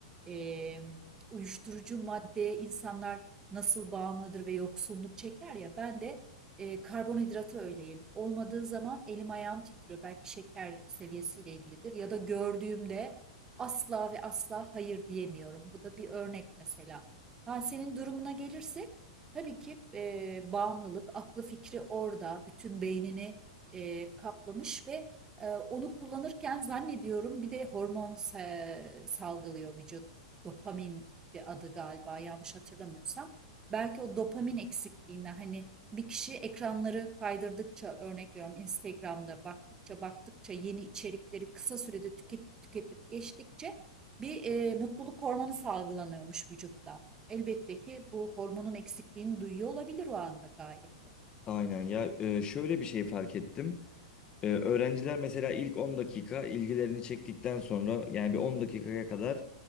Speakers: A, on the right; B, on the left.
A: E, uyuşturucu maddeye insanlar nasıl bağımlıdır ve yoksunluk çeker ya ben de e, karbonhidrata öyleyim. Olmadığı zaman elim ayağım titriyor. Belki şeker seviyesiyle ilgilidir ya da gördüğümde asla ve asla hayır diyemiyorum. Bu da bir örnek mesela. Ha, senin durumuna gelirsek tabii ki e, bağımlılık, aklı fikri orada, bütün beynini e, kaplamış ve e, onu kullanırken zannediyorum bir de hormon sa- salgılıyor vücut. Dopamin de adı galiba yanlış hatırlamıyorsam. Belki o dopamin eksikliğinden hani bir kişi ekranları kaydırdıkça örnek veriyorum Instagram'da baktıkça baktıkça yeni içerikleri kısa sürede tüketip tüketip geçtikçe bir e, mutluluk hormonu salgılanıyormuş vücutta. Elbette ki bu hormonun eksikliğini duyuyor olabilir o anda gayet de.
B: Aynen ya e, şöyle bir şey fark ettim. E, öğrenciler mesela ilk 10 dakika ilgilerini çektikten sonra yani bir 10 dakikaya kadar